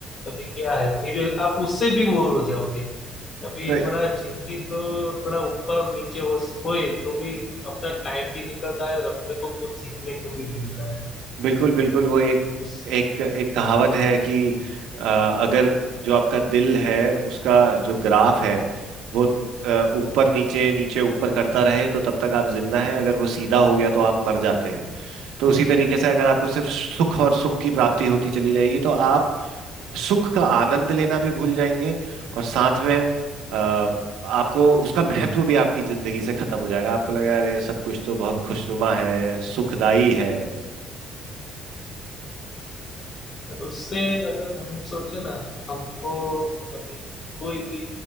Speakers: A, on the left; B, on the right.
A: अभी क्या है फिर आप उससे भी बोर हो जाओगे अभी
B: तो
A: थोड़ा जिंदगी तो थोड़ा ऊपर नीचे हो होए तो भी अपना टाइम भी निकलता है और अपने को कुछ सीखने को भी मिलता है
B: बिल्कुल बिल्कुल वो एक
A: उस
B: एक एक कहावत है कि अ, अगर जो आपका दिल है उसका जो ग्राफ है वो अ, ऊपर नीचे नीचे ऊपर करता रहे तो तब तक आप जिंदा हैं अगर वो सीधा हो गया तो आप मर जाते हैं तो उसी तरीके से अगर आपको सिर्फ सुख और सुख की प्राप्ति होती चली जाएगी तो आप सुख का आनंद लेना भी भूल जाएंगे और साथ में अ, आपको उसका महत्व भी आपकी जिंदगी से खत्म हो जाएगा आपको लगेगा अरे सब कुछ तो बहुत खुशनुमा है सुखदाई है
A: और उससे अगर हम सोचे ना हमको अभी कोई भी